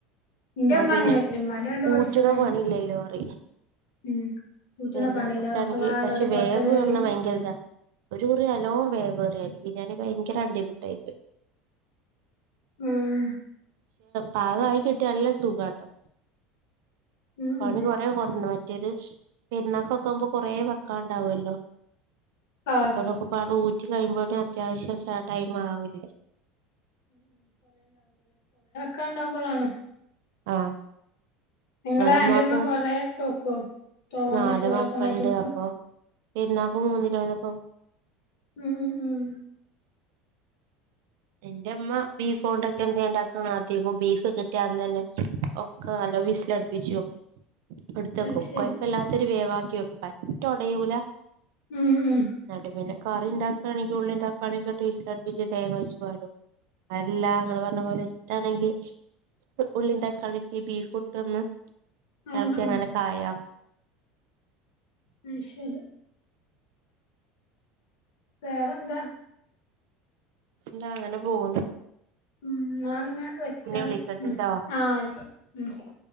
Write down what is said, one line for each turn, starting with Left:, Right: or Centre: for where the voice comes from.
Left: ഇന്റെമ്മ
Right: ന്നാ പിന്നെ
Left: അങ്ങനെ വെക്കല് ഇമ്മാന്റെ പണ്ട്
Right: ഊറ്റ്ണ
Left: പഠിച്ചതാ ഞാൻ
Right: പണിയില്ലലോ അറ
Left: ഉം വീട്ടിന്ന്
Right: പെരുന്നാക്കൊക്കെ
Left: പണില്ല ഒക്കെപാടെ
Right: ആണെങ്കി പഷേ
Left: ഒരു
Right: വേവേറ്ണ
Left: കൊട്ടകയില്
Right: ഭയങ്കര ഇതാ ഒരു കുറി നല്ലോ വേവ് ഏറി അരി ഞാന് ഭയങ്കര അണ്ടിപുട്ടായിപോയി
Left: ഉം
Right: പാകായി കിട്ടിയ അല്ല സുഖാട്ടോ
Left: ഉം
Right: പണി
Left: ഉം
Right: കൊറേ കൊറന്ന മാരി മറ്റേദ് പെരുന്നാകൊക്കാവുമ്പോ കുറേ വെക്കാണ്ടാവോലോ
Left: ആഹ്
Right: അക്കൊതൊക്കെപാടെ ഊറ്റി കയ്യുമ്പാടെ അത്യാവശ്യം സ ടൈമാവൂലെ മാ
Left: കണ്ടപളാണ്
Right: ആഹ്
Left: നിങ്ങളേ
Right: ഇവിടെമ്മാക്ക്
Left: അന്റെമ്മ കൊറേ തോക്കൊ തോനെ
Right: നാല്
Left: ചോറൊക്കൊന്നായിട്ട്
Right: മക്കളുണ്ട്
Left: നോക്കോ
Right: അപ്പൊ പെരുന്നാക്ക് മൂന്നിലോനൊക്കെ
Left: ഉം ഉം ഉം
Right: എന്റെ ഇമ്മ ബീഫോണ്ടൊക്കെ എന്തെ ഇണ്ടാക്ക്ണ അതികം ബീഫ് കി ട്ടിയന്നെന്നെ ഒക്കെ നല്ലം വിസ് ലട്പ്പിച്ചോ ഇട്ത്തേക്കും
Left: അത് ശരി
Right: കുഴപ്പല്ലാത്തൊരു വേവാ <unintelligible> പയെ റ്റൊടയൂല
Left: ഉം ഉം
Right: നടുവിന് കറി ഇണ്ടാക്കാണെങ്കി ഉള്ളി തക്കാളിക്കെ ഇട്ട് വിസിലടുപ്പിക്ക ജ് തേങ്ങ ഒയ്ച്ച് പാരോ അല്ലാ ങ്ങള് പറഞ്ഞ പോലെ ഇഷ്ടാണെങ്കി ഉള്ളീം തക്കാളിട്ട് ഈ ബീഫ് ഇട്ടൊന്ന്
Left: ആഹ്
Right: എളക്കിയങ്ങനെ കായാ
Left: അയ് ശരി വേറെന്താ
Right: എന്താ അങ്ങനെ പോകുന്ന്
Left: ഉ നാളഞാവെച്ചാല്
Right: വിളിക്കണ്ട്ട്ടോ
Left: ഉ ആ ആയിക്കോട്ട് ഉ